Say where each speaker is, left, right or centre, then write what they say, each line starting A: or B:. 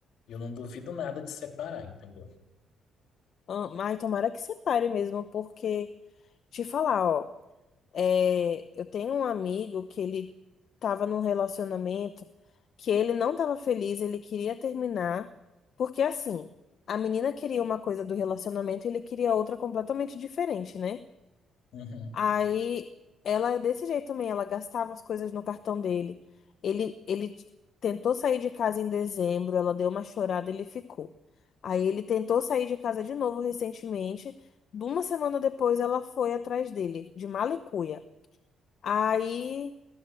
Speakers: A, on the left (about 75°); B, on the left (about 60°).
A: E Eu não duvido nada de separar, entendeu?
B: Ah, Mas tomara que separe mesmo, porque, te falar, ó, é, eu tenho um amigo que ele tava num relacionamento que ele não tava feliz, ele queria terminar, porque assim, a menina queria uma coisa do relacionamento e ele queria outra completamente diferente, né?
A: Uhum,
B: Aí ela é desse jeito também, ela gastava as coisas no cartão dele. Ele, ele t- tentou sair de casa em dezembro, ela deu uma chorada, ele ficou. Aí ele tentou sair de casa de novo recentemente. De Uma semana depois ela foi atrás dele, de mala e cuia. Aí